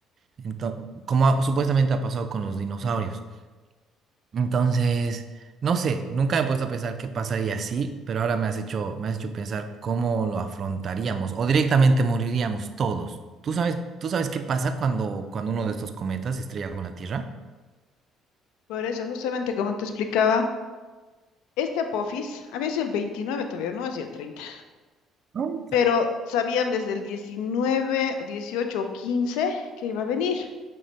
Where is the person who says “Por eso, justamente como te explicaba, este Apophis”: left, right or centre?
Left